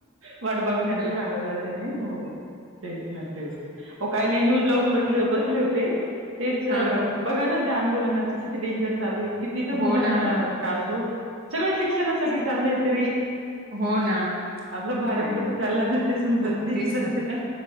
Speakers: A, on the right; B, on the right.
A: वाट बघण्यातच
B: हो ना
A: घालवला त्याने हो तेच ना तेच ते ओ काही नाही. न्यूज लावून बघ बसले होते. तेच
B: हां हां.
A: बघा ना त्या आंदोलनाच किती डेंजर चालू आहे. किती तर
B: हो
A: मुलांना
B: ना.
A: त्रास हो सगळं शिक्षणासाठी चाललंय. तरी
B: हो ना.
A: आपलं भारत
B: काय
A: कुठे चाललाय, ना ते समजत
B: कुठ
A: नाही.
B: तेच
A: सध्या
B: ना.